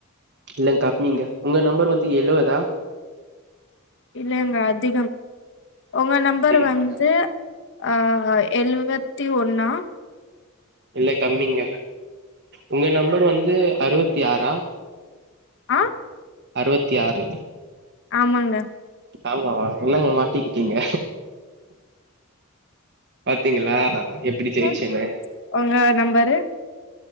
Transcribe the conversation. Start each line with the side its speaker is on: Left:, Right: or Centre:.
Right: இல்லங்க கம்மிங்க உங்க நம்பர் வந்து எழுவதா
Left: இல்லங்க அதிகம் உங்க நம்பர்
Right: அதிகமா
Left: வந்து ஆஹ் எழுவத்தி ஒன்னா
Right: இல்ல கம்மிங்க உங்க நம்பர் வந்து அறுவத்தி ஆறா
Left: ஆ
Right: அறுவத்தி ஆறு
Left: ஆமாங்க
Right: ஆமாவா என்னங்க மாட்டிக்கிட்டீங்க பாத்தீங்களா எப்டி ஜெயிச்சேன்னு
Left: ம் உங்க நம்பரு